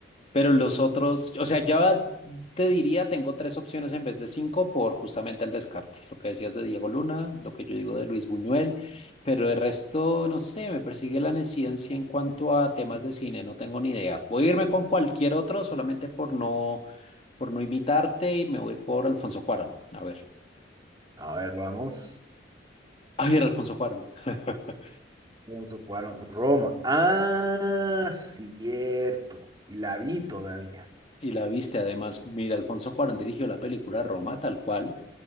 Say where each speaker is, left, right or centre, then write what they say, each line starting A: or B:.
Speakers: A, on the left; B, on the right.
A: Pero los otros, o sea, ya te diría, tengo tres opciones en vez de cinco por justamente el descarte. Lo que decías de Diego Luna, lo que yo digo de Luis Buñuel, pero el resto, no sé, me persigue la neciencia en cuanto a temas de cine, no tengo ni idea. Voy a irme con cualquier otro solamente por no, por no imitarte y me voy a ir por Alfonso Cuarón. A ver,
B: A ver, vamos.
A: <laughs> a ver, Alfonso Cuarón. <laughs>
B: Alfonso Cuarón, Roma. Ah, cierto. Y la vi todavía.
A: Y la viste, además, mira, Alfonso Cuarón dirigió la película Roma, tal cual.